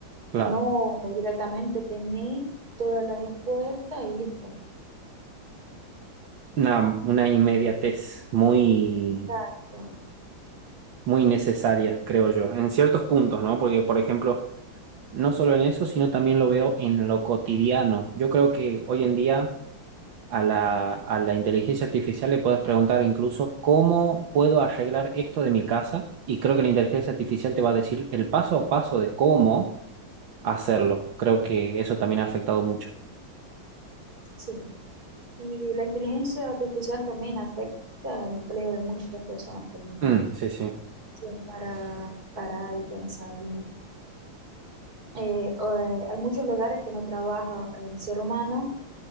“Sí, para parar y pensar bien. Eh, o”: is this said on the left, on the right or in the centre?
Right